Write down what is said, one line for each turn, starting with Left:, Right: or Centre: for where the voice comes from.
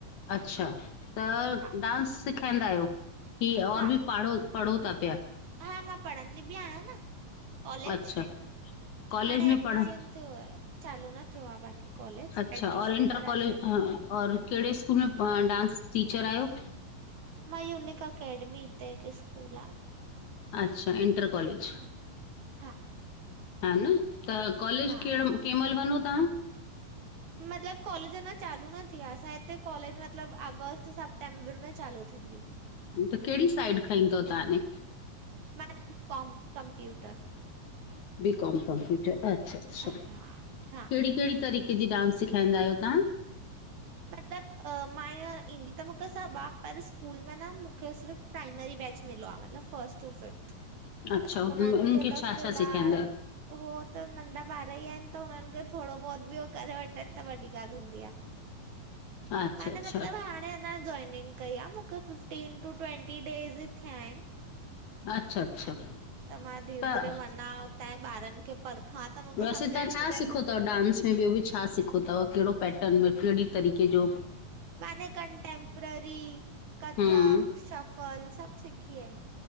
Left: अच्छा, त
Right: हा
Left: डांस सिखाईंदा आहियो, की और
Right: हा
Left: बि पढ़ो? पढ़ो, था पिया?
Right: हा। मां पढ़ंदी बि, आहियां न कॉलेज
Left: अच्छा, कॉलेज
Right: हाणे
Left: में
Right: एडमिशन
Left: पढ़
Right: चालू न थियो, आ बाक़ी कॉलेज,
Left: अच्छा
Right: एड्मिशन
Left: और इंटर
Right: कराए
Left: कॉलेज
Right: छॾियो
Left: अ,
Right: आहे।
Left: और कहिड़े स्कूल में डांस टीचर आहियो?
Right: मा यूनिक अकैडमी ईते हिकु स्कूल आ।
Left: अच्छा, इंटर कॉलेज।
Right: ह, हा।
Left: हा। न, त कॉलेज
Right: हा
Left: केहड़ो कंहिं महिल वञो तव्हां?
Right: मतिलबु कॉलेज अञा चालू न थिया। असांजे हिते कॉलेज मतिलबु अगस्त सां मेम्बर मे चालू थिंदी।
Left: त कहिड़ी साइड खई तव तव्हाणे?
Right: मै B com computer.
Left: B, com computer अच्छा, अच्छा,
Right: हा
Left: कहिड़ी,
Right: हा
Left: कहिड़ी? तरीक़े जी डांस सेखारींदा आहियो तव्हां।
Right: मतलब मां ईअं, ईंदी त मूंखे सभु आहे। पर स्कूल में न मूंखे सिर्फ़। प्राइमरी बैच मिलो आ मतलबु फर्स्ट टू फिफ्थ
Left: अच्छा,
Right: त
Left: उन
Right: उन्हनि
Left: उनखे
Right: खे त
Left: छा-छा
Right: फ़िलहाल
Left: सेखारींदा आहियो?
Right: उ त नंढा ॿार ई आहिनि, त हुननि खे थोरो बहुत बि, उ करे वठनि त वॾी ॻाल्हि हूंदी आहे।
Left: अच्छा,
Right: माना
Left: अच्छा,
Right: मतिलबु हाणे अञा जॉइनिंग कई आहे मूंखे फ़िफ्टीन टू ट्वंटी डेज़ थिया आहिनि।
Left: अच्छा, अच्छा।
Right: त मां, धीरे,
Left: त
Right: धीरे वञा हुतांजे ॿारनि खे परखां त मूंखे
Left: वैसे
Right: सम्झण
Left: तव्हां छा
Right: ईंदो
Left: सिखो
Right: न
Left: ता,
Right: कीअं
Left: डांस
Right: आहे।
Left: में ॿियो बि छा सिखो था केड़ो पैटर्न में, केड़ी तरीक़े जो?
Right: मैने कंटेमप्रेरी, कथक,
Left: हम्म
Right: शफल, सभ सिखी है।